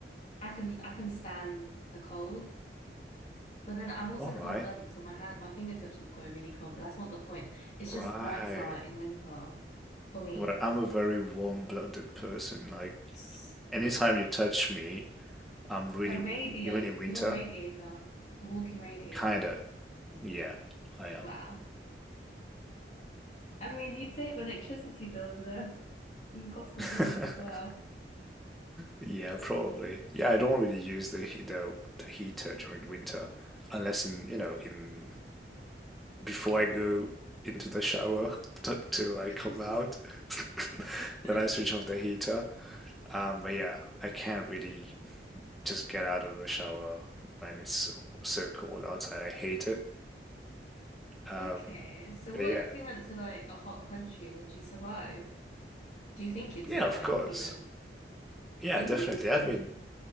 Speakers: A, on the left; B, in the centre.
A: I can I can stand the cold, but then I'm also
B: All
A: cold-blooded,
B: right,
A: so my hand my fingertips will go really cold, but that's not the point. It's
B: right.
A: just nicer in winter for me.
B: Well, I'm a very warm-blooded person. Like,
A: <laughs>
B: anytime you touch me, I'm really
A: A radiator,
B: warm, even in winter.
A: you're a radiator, a walking radiator.
B: Kinda. Yeah, I
A: Wow. I mean, you'd save electricity bills there and cost of living
B: am.
A: as
B: <laughs>
A: well.
B: Yeah, probably. Yeah, I don't really use the he- the, the heater during winter unless in, you know, in before I go into the shower <laughs> t till I
A: <laughs>
B: come out. <laughs> Then
A: Okay.
B: I switch off the heater. Um, but yeah, I can't really just get out of the shower when it's so, so cold outside. I hate it. Um,
A: Okay. So
B: but
A: what
B: yeah.
A: if you went to like a hot country? Would you survive? Do you think you'd
B: Yeah,
A: survive
B: of course.
A: even?
B: Yeah,
A: Really?
B: definitely. I've been